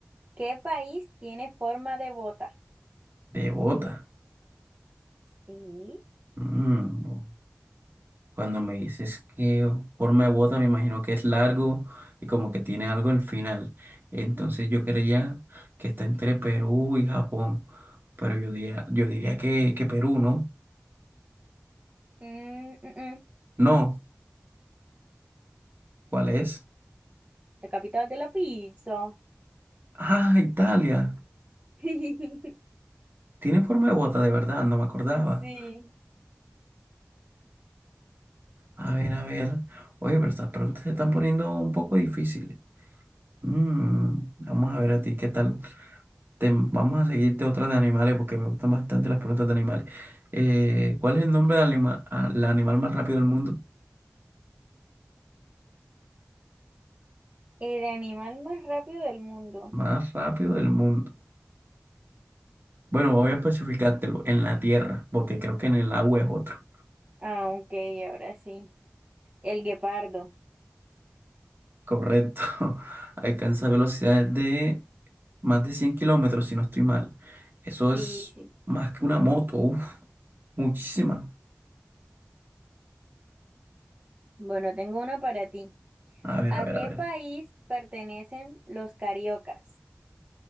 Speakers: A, on the right; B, on the right.
A: ¿qué país tiene forma de bota?
B: Devota.
A: Sí.
B: Mm, Cuando me dices que forma de bota, me imagino que es largo y como que tiene algo al final. Entonces yo creía que está entre Perú y Japón, pero yo diría, yo diría que, que Perú, ¿no?
A: Mm, mm, mm,
B: No, ¿cuál es?
A: La capital de la pizza.
B: Ah, Italia.
A: <laughs>
B: Tiene forma de bota, de verdad, no me acordaba.
A: Sí,
B: A ver, a ver. Oye, pero estas preguntas se están poniendo un poco difíciles. Mm, vamos a ver a ti qué tal Te- vamos a seguirte otra de animales porque me gustan bastante las preguntas de animales. Eh, ¿cuál es el nombre del anima- al animal más rápido del mundo?
A: el animal más rápido del mundo.
B: Más rápido del mundo. Bueno, voy a especificártelo en la tierra, porque creo que en el agua es otro.
A: Ah, ok, ahora sí. El guepardo.
B: Correcto. <laughs> Alcanza velocidades de más de 100 kilómetros, si no estoy mal. Eso
A: Sí,
B: es
A: sí.
B: más que una moto. Uf, muchísima.
A: Bueno, tengo una para ti.
B: A ver,
A: ¿A
B: a ver,
A: qué
B: a ver.
A: país pertenecen los cariocas?